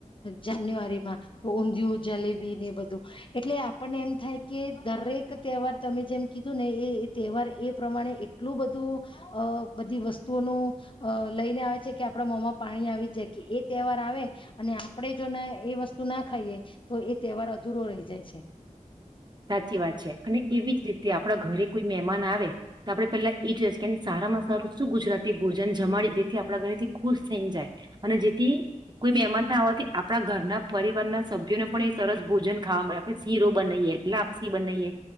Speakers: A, on the left (about 40°); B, on the right (about 35°).
A: જાન્યુઆરીમાં તો ઊંધિયું, જલેબી ને એ બધું એટલે આપણને એમ થાય કે દરેક તહેવાર તમે જેમ કીધું ને એ તહેવાર એ પ્રમાણે એટલું બધું અહ બધી વસ્તુઓનું લઈને આવે છે કે આપડા મોમાં પાણી આવી જાય, કે એ તહેવાર આવે અને આપણે જોને એ વસ્તુ ના ખાઈએ, તો એ તહેવાર અધૂરો રહી જાય છે.
B: સાચી વાત છે. અને એવીજ રીતે આપડા ઘરે કોઈ મહેમાન આવે, તો આપડે પેલા એ જ હો કે સારામાં સારું શું ગુજરાતી ભોજન જમાડી જેથી આપણા ઘરેથી ખુશ થઈને જાય. અને જેથી કોઈ મહેમાન ના આવવાથી આપડા ઘરના પરિવારના સભ્યોને પણ એ સરસ ભોજન ખાવા મળે, આપણે શીરો બનાઈએ લાપસી બનાઈએ,